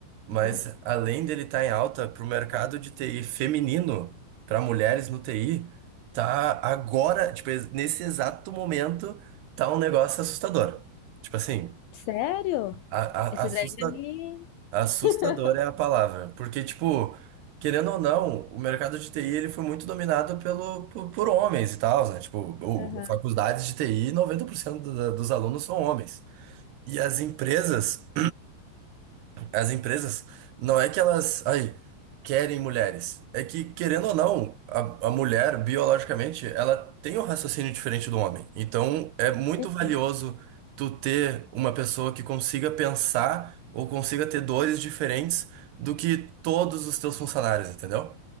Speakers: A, on the right; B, on the left.
A: mas
B: Uhum.
A: além dele tá em alta, pro mercado de TI feminino, pra mulheres no TI, tá agora, tipo, nesse exato momento, tá um negócio assustador. Tipo assim.
B: Sério?
A: A-
B: esse
A: a- assusta-
B: ideia já me.
A: assustadora
B: <laughs>
A: é a palavra, porque, tipo, querendo ou não, o mercado de TI ele foi muito dominado pelo, por, por homens e tal, né? Tipo, o,
B: Aham.
A: faculdades de TI, 90% do- dos alunos são homens. E as empresas,
B: É.
A: as empresas, não é que elas, ai querem mulheres. É que, querendo ou não, a, a mulher, biologicamente, ela tem um raciocínio diferente do homem. Então, é muito
B: Uhum.
A: valioso tu ter uma pessoa que consiga pensar ou consiga ter dores diferentes do que todos os teus funcionários, entendeu?